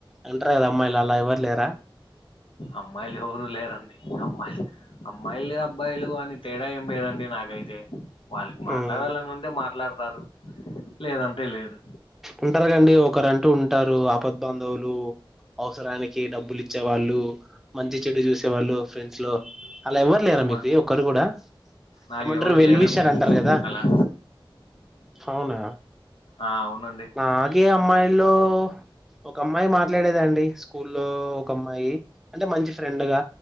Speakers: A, in the centre; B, on the left.
A: అంటారు కదా అమ్మాయిలు అలా ఎవరు లేరా
B: అమ్మాయిలు ఎవరూ లేరండి అమ్మాయిలు అమ్మాయిలు అబ్బాయిలు అని తేడా ఏం లేేదండి నాకైతే వాళ్ళకి మాట్లాడాలని
A: హ్మ్.
B: ఉంటే మాట్లాడతారు లేదంటే లేదు
A: ఉంటారు కదండి ఒకరంటూ ఉంటారు ఆపద్ బాంధవులు అవసరానికి డబ్బులు ఇచ్చేవాళ్ళు మంచి చెడు చూసేవాళ్ళు ఫ్రెండ్స్ లో అలా ఎవ్వరు లేరా
B: మా
A: మీకు ఒక్కరు కూడా
B: నాకు
A: ఏమంటారు
B: ఎవరు
A: వెల్విషర్
B: లేరండి
A: అంటారు కదా
B: అలా
A: అవునా
B: ఆ అవునండి
A: అలాగే అమ్మాయిల్లో ఒక అమ్మాయి మాట్లాడేదండి స్కూల్లో ఒక అమ్మాయి అంటే మంచి ఫ్రెండ్ గా